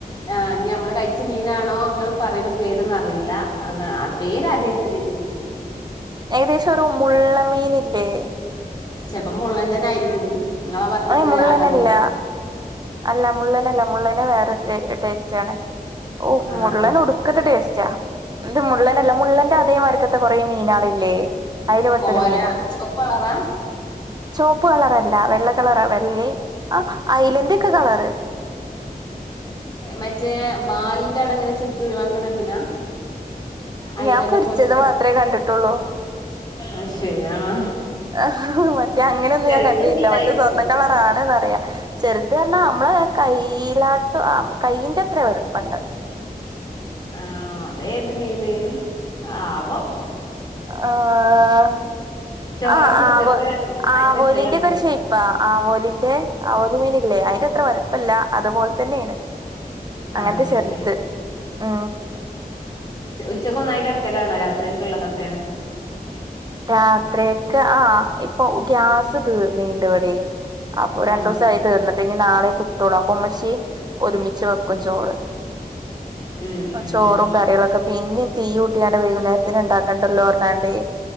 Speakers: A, on the left; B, on the right.
A: ആഹ് ഇഞമ്മള് കഴിച്ച മീനാണോ നിങ്ങ പറയുന്ന പേരൊന്നും അറിയില്ല അതാ ആ പേര് ആദ്യായിട്ട ഞാൻ കേൾ
B: ഏകദേശം ഒരു മുുള്ള മീൻ ല്ലേ
A: ചെലപ്പോ മുള്ളേ തന്നെ ആയിരിക്കും ങ്ങള ബാത്ത്ക്ക്
B: ഏ മുള്ളനല്ല
A: അടവ്
B: അല്ല മുള്ളനല്ല മുള്ളനെ വേറെരു ടേസ്റ്റ് ആണ് ഓഹ്
A: ആഹ്
B: മുള്ളന
A: ആഹ്
B: ഒടുക്കത്തെ ടേസ്റ്റാ ഇത് മുള്ളനല്ല മുള്ളൻന്റെ അതേമാർക്കത്തെ കൊറെ മീനാളില്ലേ അയ്ൽ പെട്ടൊരു
A: കോര
B: മീന
A: ചുവപ്പ് കളറാ
B: ചോപ്പ് കളറല്ല വെള്ള കളറ വെള്ള ആ ഐലന്റ ഒക്കെ കളറ്
A: മറ്റേ വാലിന്റെ അടെ ഇങ്ങനെ ചെത്തി ഒഴിവാക്കണ മീനാ അയിലന്റെ
B: ഞാൻ പൊരിച്ചത്
A: പോലത്തെ
B: മാത്രമേ കണ്ടിട്ടുള്ളൂ
A: അത് ശരി ആണോ
B: ആഹ് മറ്റേ അങ്ങനെന്നും
A: ചെറിയ
B: ഞാൻ കണ്ടില്ല
A: മീനായിരിക്കും
B: മറ്റേ സ്വർണ്ണ കളറാണ് ന്നറിയ ചെറുത് പറഞ്ഞാൽ നമ്മള് കൈയിലാട്ട് കൈയ്യിന്റെ അത്ര വലുപ്പണ്ട്
A: ആണോ അതെ ഏത് മീന് ആവോ
B: ആഹ്
A: ചോറൊക്കെ
B: ആഹ്
A: ഉച്ചക്ക്
B: ആവ്
A: ഒന്നായിട്ട്
B: ആവോലിന്റെ
A: വെക്കലാണോ
B: ഒക്കെ ഒരു ഷൈപ്പാ ആവോലിന്റെ ആവോലി മീന ഇല്ലേ അതിന്റെത്ര വലുപ്പം പ്പല്ല അതുപോലെ തന്നെയാണ് അങ്ങനത്തെ
A: ആ അത്
B: ചെറുത്
A: ശരി
B: ഉ
A: ഉച്ചക്കൊന്നായിട്ട്ക്കലാണോ രാത്രിക്കുള്ളള്ളതൊക്കെ
B: രാത്രിയൊക്കെ ആഹ് ഇപ്പൊ ഗ്യാസ് തീർന്നീണ്ട് ഇവിടെ അപ്പൊ രണ്ടൂസായി
A: ആണോ
B: തീർന്ന്ട്ട്. ഞ് നാളെ കിട്ടോള്ളൂ. അപ്പം മ്മച്ചി ഒരുമിച്ച് വെക്കും ചോറ്.
A: ഉം ഉം
B: ചോറും
A: ഉം
B: കറിളൊക്കെ. പിന്നിം തീയൂട്ടിയാണ്ട് വൈകുന്നേരത്തിന് ഉണ്ടാക്കണ്ടല്ലോ പറഞ്ഞാണ്ടയ്.